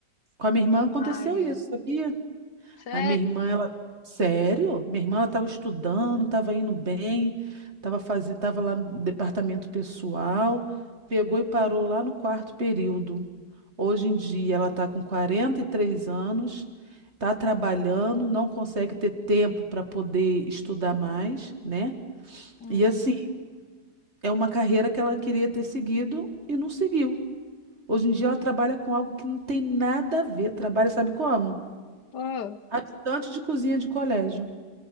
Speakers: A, on the right (about 40°); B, on the left (about 80°).
A: Com a minha irmã aconteceu
B: Ai,
A: isso,
B: é.
A: sabia?
B: Sério?
A: A minha irmã, ela. Sério? Minha irmã, ela estava estudando, estava indo bem, estava fazendo, estava lá no departamento pessoal, pegou e parou lá no quarto período. Hoje em dia, ela está com 43 anos, está trabalhando, não consegue ter tempo para poder estudar mais, né?
B: Hum.
A: E assim, é uma carreira que ela queria ter seguido e não seguiu. Hoje em dia, ela trabalha com algo que não tem nada a ver. Trabalha, sabe como?
B: Oh,
A: ajudante de cozinha de colégio.